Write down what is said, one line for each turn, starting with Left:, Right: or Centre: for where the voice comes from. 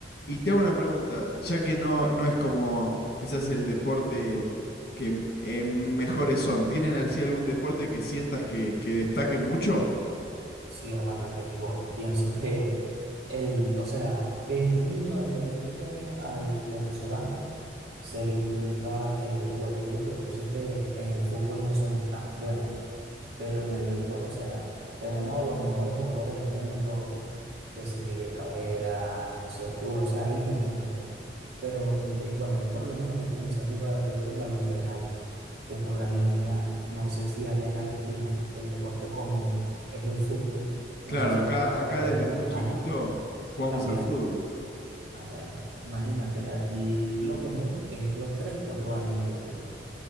Left: y te hago una pregunta, ya que no, no es como quizás el deporte que m- eh, mejores son, ¿tienen así algún deporte que sientas que, que destaque mucho?
Right: Sí, hermano, el béisbol. Pienso que el, o sea, desde niño, desde muy pequeño, al venezolano se le inculca el béisbol. Yo digo que por eso es que en el fútbol no somos tan buenos, pero en el béisbol, o sea, tenemos de los mejores jugadores del mundo, que si Miguel Cabrera, José Altuve, o sea, hay muchos, hermano. Pero como te digo, bueno, yo por lo menos yo comencé a jugar béisbol a los tres años, te podrás imaginar. No sé si allá en Argentina, que el deporte común es el fútbol. No
Left: Claro,
Right: sé si
Left: acá,
Right: lo practican
Left: acá
Right: desde
Left: desde
Right: los
Left: muy
Right: tres
Left: chiquito
Right: años
Left: jugamos
Right: también.
Left: al fútbol.
Right: Ah, bueno, imagínate, aquí lo común es los tres, cuatro años el béisbol.